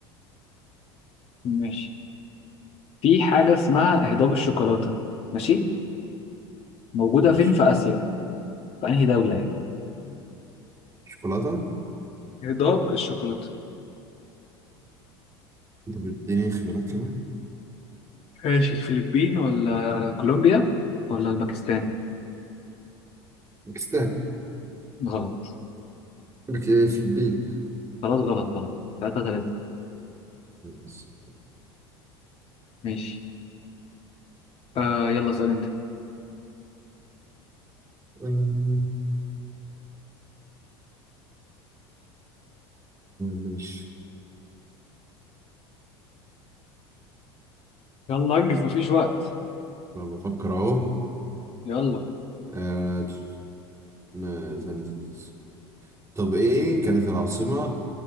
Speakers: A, on the left; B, on the right.
A: ماشي في حاجة اسمها هضاب الشوكولاتة ماشي؟ موجودة
B: ماشي
A: فين في آسيا؟ في أنهي دولة يعني؟
B: شوكولاتة
A: هضاب الشوكولاتة
B: طب اديني خيارات كده
A: ماشي الفلبين ولا كولومبيا ولا الباكستان
B: باكستان
A: غلط
B: بك آه، فلبين
A: خلاص غلط غلط تلاتة تلاتة
B: ماشي
A: ماشي آه يلا اسأل انت
B: آه، ماشي
A: يلا انجز مفيش وقت
B: ما بفكر أهو
A: يلا
B: آه، ما- استنى استنى طب ايه كانت العاصمة آه،